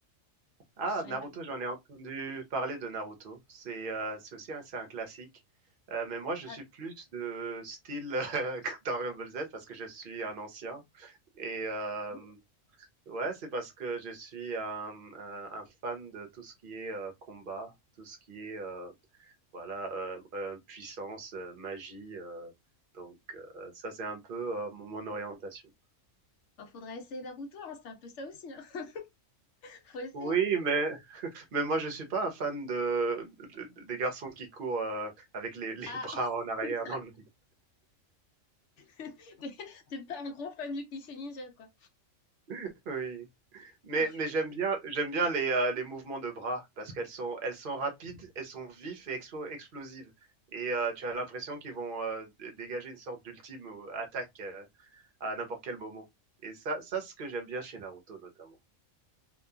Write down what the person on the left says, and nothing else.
Je dirais
Naruto.
grave.
Ouh,
bah, faudra essayer Naruto, hein, c'est un peu ça aussi, hein. <laughs> Faut essayer.
Ah,
<laughs>
t'es t'es pas un gros fan du cliché ninja, quoi.
Et